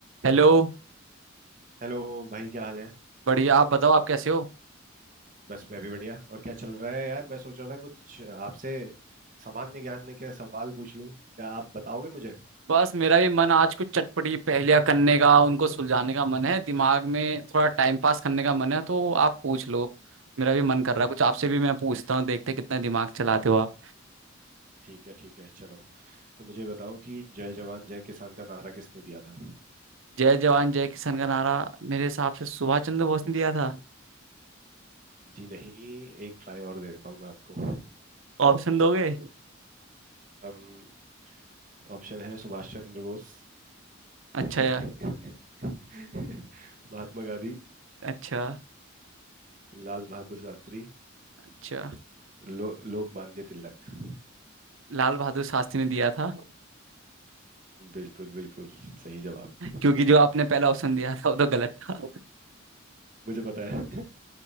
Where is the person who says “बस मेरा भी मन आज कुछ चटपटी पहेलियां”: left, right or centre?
Right